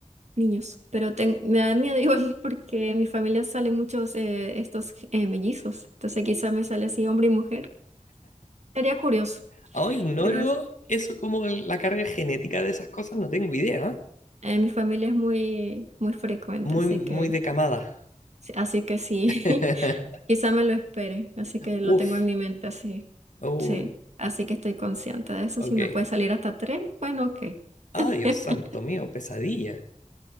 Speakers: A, on the right; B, on the left.
A: niños, pero ten- me da miedo igual <laughs> porque en mi familia salen muchos eh, estos eh, mellizos, entonces quizá me sale así hombre y mujer. Sería curioso,
B: Ahora ignoro
A: pero es-
B: eso como el- la carga genética de esas cosas, no tengo idea.
A: en mi familia es muy, muy frecuente,
B: Muy,
A: así
B: muy
A: que...
B: de camada.
A: Sí, Así que sí,
B: <laughs>
A: <laughs> quizá me lo espere, así que lo
B: Uf,
A: tengo en mi mente, así,
B: uy,
A: sí, así que estoy consciente de eso,
B: ok.
A: si me puede salir hasta tres, bueno, ok.
B: Ah,
A: <laughs>
B: Dios santo mío, pesadilla.